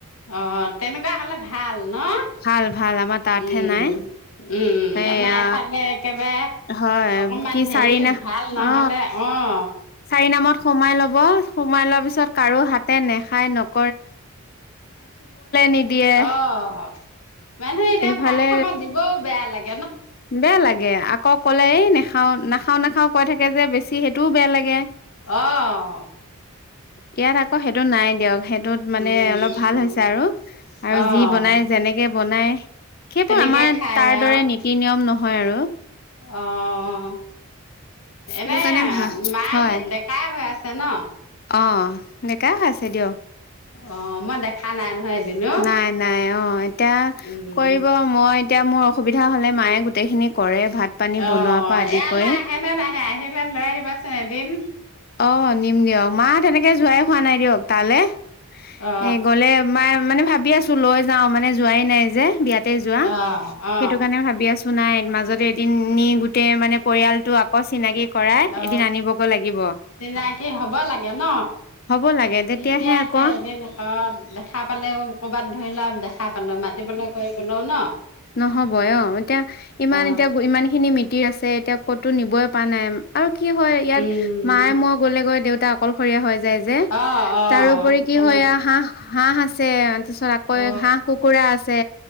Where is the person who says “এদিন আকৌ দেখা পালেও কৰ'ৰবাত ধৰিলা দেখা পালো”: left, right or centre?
Left